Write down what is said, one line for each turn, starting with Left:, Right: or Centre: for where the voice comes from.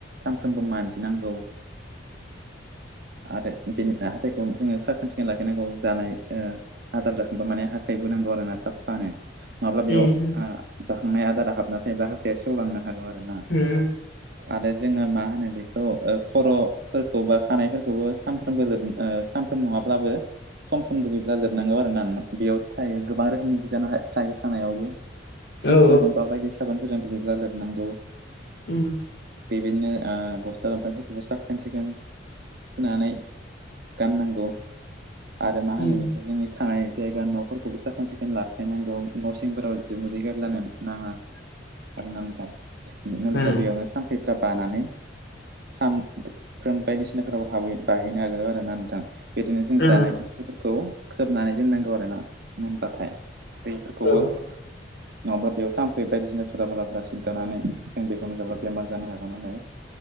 Right: सानफ्रोमबो मानजिनांगौ। आरो बेनि हाथायखौ जोङो साखोन सिखोन लाखिनांगौ जानाय। हाजार जाखांबा माने हाथाय होनांगौ आरो ना साफानो। नङाब्ला बेयाव
Left: उम
Right: जाखांनाय आदारा हाबना थायोब्ला हाथाया सेवलांनो हागौ आरो ना।
Left: उम
Right: आरो जोङो मा होनो बेखौ खर' फोरखौ बा खानायफोरखौबो सानफ्रामबो सानफ्राम नङाब्लाबो सम सम जुगैब्ला लोब हनांगौ आरो ना बेयाव थायो गोबां रोखोमनि बिजानु थायो खानायावबो।
Left: औ
Right: सेम्पुजों
Left: औ
Right: बा बायदि साबोनफोरजों दुगैब्ला लोबनांगौ।
Left: उम
Right: बेबायदिनो गस्ला लंफेफोरखौबो साखोनसिगोन। फुनानै गाननांगौ आरो मा
Left: उम
Right: होनो बे जोंनि थानाय जायगा न'फोरखौबो साखोन सिखोन लाखायनांगौ न' सिंफोराव जों मोदै गारलानो नाङा।
Left: <inaudible>
Right: आरो नांथ नलगा
Left: उम
Right: बेयावनो थाम्फैफ्रा बानानै। सामफ्रोम बायदिसिनाफोराव बाहैनो हागोन आरोना नोंथां। बिदिनो जों
Left: उम
Right: जानाय बुस्थुफोरखौ खोबनानै दोननांगौ आरोना। मोनबाथाय दैफोरखौबो।
Left: औ
Right: नङाब्ला बेयाव थामफैयो बायदिसिना दुलाफुलाफोरा सिदारनानै जों बेखौनो जाब्ला बेमार जानो हागौ नालाय।